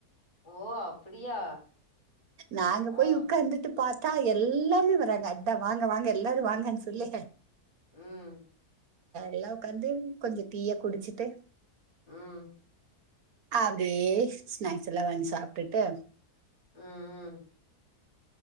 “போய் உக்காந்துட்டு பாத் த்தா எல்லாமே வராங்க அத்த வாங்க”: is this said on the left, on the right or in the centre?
Right